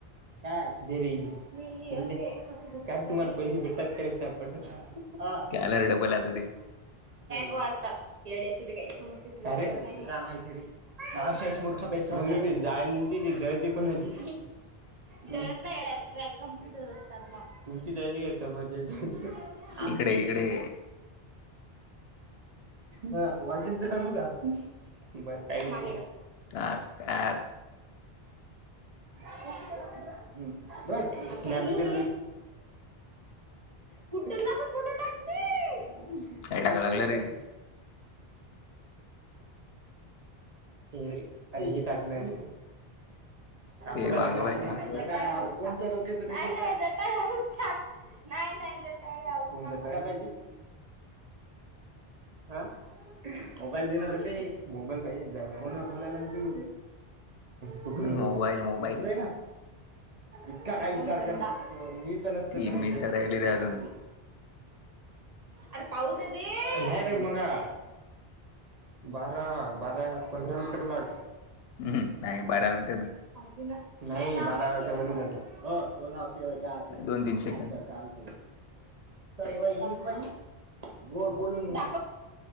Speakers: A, on the right; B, on the left.
A: कायले. म्ह कायच तुम्हाला पैसे भेटतात तच प हा.
B: त्याला रे डबल आलं ते
A: वाढतात येड्या तुझ काही सम्या तुझ? अशाच मर्खा प्या जाय ते जायते कोणाची जत नाहीड ट्रॅक कप्लीट होत असतात मग तुमची जाणी का स म्हजे आमची
B: इकडे इकडे
A: ह वाशिमच टाकू का? ब माा
B: आत आत
A: हम्म बज स्ॅबड कु आप फोटो टाकते
B: काय टाकाय
A: जटेला
B: लागलं
A: टाकू.
B: रे
A: ते हे टाकणं राफोला
B: ते मागवाई
A: टाक.
B: मागवाई
A: कोणत लोक नाही जटाळाक नाही नाही जटाळ पाहिजे हा. म मोबाईल दे ना दे म मोबाईल पा जा फोन फला त कु
B: मोबाईल मोबाईल
A: नसतय ना इतका काय विचार करतसतो मी तर त
B: तीन मिनिटं राहिले
A: कंटन्यूलेली
B: रे अजून
A: अरे पाहत ते नाही रे मंगा बारा बारा पंधरा रुपेट्लॉट
B: ह नाही बारा मिनट.
A: नाही बारा वाजच्या वर जलतो हो दोनशे वा.
B: दोन तीन
A: स्ॅक
B: सेकंद
A: चार आणतोत बाईई. गोड बोलूनद